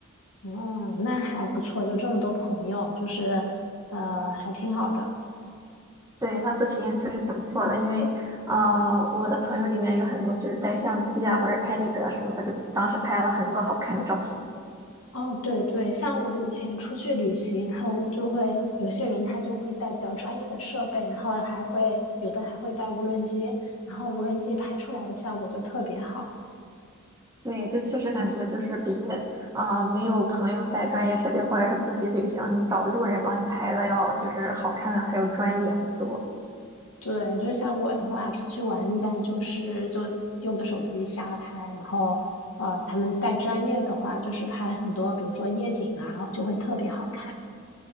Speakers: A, on the left; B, on the right.
A: 哦，那还不错，就这么多朋友，就是，呃，还挺好的。
B: 对，那次体验确实挺不错的，因为呃，我的朋友里面有很多就是带相机啊或者拍立得什么的，就当时拍了很多好看的照片。
A: 哦，对对，像我以前出去旅行，然后就会有些人他就会带比较专业的设备，然后还会有的还会带无人机，然后无人机拍出来的效果就特别好。
B: 对，就确实感觉就是比啊、没有朋友带专业设备或者是自己旅行，你找路人帮你拍的要就是好看还有专业很多。
A: 对，就像我的话，出去玩一般就是就用个手机瞎拍，然后，呃，他们带专业的话，就是拍很多，比如说夜景啊，就会特别好看。